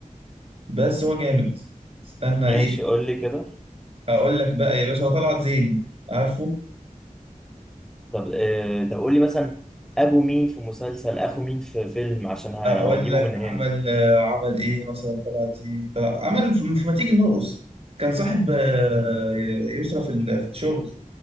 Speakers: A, on the right; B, in the centre.
A: بس هو جامد استنى
B: ماشي
A: ايه
B: قول لي كده
A: هقول لك بقى يا باشا هو طلعت زين عارفه
B: طب آه طب قول لي مثلا ابو مين في مسلسل اخو مين في فيلم عشان ه-
A: اقول
B: هجيبه
A: لك
B: من
A: عمل
B: هنا
A: آه، عمل ايه مثلا طلعت زين طلع عمل في في ما تيجي نرقص كان صاحب آه، يسرى في ال- في الشغل